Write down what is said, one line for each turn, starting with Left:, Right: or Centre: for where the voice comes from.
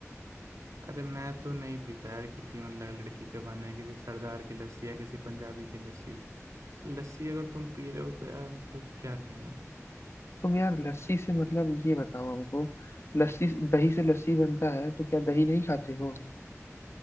Right: अरे मैं तो नहीं पीता यार किसी मतलब लड़की के बहाने किसी सरदार की लस्सी या किसी पंजाबी की लस्सी लस्सी अगर तुम पी रहे हो तो यार मतलब क्या कहें हम
Left: तुम यार लस्सी से मतलब ये बताओ हमको लस्सी दही से लस्सी बनता है तो क्या दही नहीं खाते हो